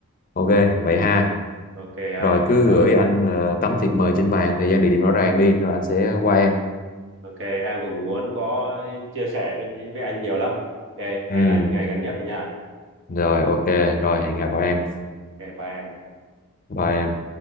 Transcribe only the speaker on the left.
ok vậy ha
rồi cứ
gửi anh ờ, tấm thiệp mời trên bàn thời gian địa điểm rõ ràng đi rồi anh sẽ qua em
ừ
rồi ok rồi hẹn gặp em
bye em